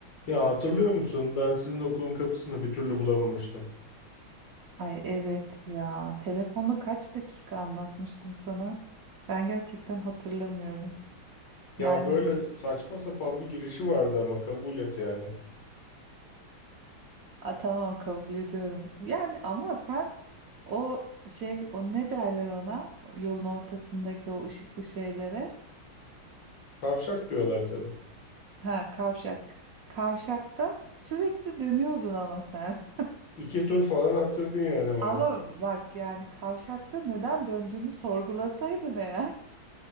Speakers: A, on the left (about 60°); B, on the right (about 70°).
A: Ya hatırlıyor musun? Ben sizin okulun kapısını bir türlü bulamamıştım.
B: Ay evet ya. Telefonda kaç dakika anlatmıştım sana? Ben gerçekten hatırlamıyorum.
A: Ya
B: Yani
A: böyle saçma sapan bir girişi vardı ama kabul et yani.
B: a, tamam kabul ediyorum. Yani ama sen o şey o ne derler ona? O Yolun ortasındaki o ışıklı şeylere.
A: Kavşak diyorlar tabii.
B: Ha kavşak. Kavşakta sürekli dönüyorsun ama sen.
A: İki tur falan attırdın yani
B: <laughs>
A: bana.
B: Ama bak yani kavşakta neden döndüğünü sorgulasaydın eğer.